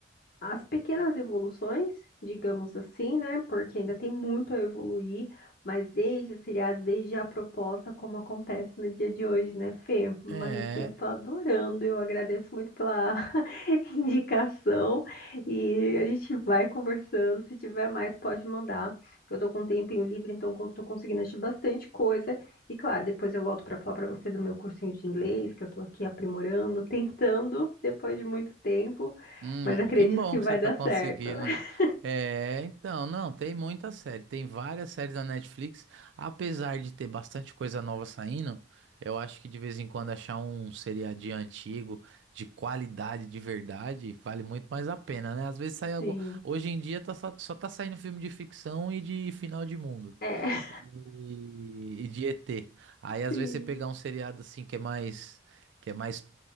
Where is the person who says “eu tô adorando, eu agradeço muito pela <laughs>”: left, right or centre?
Left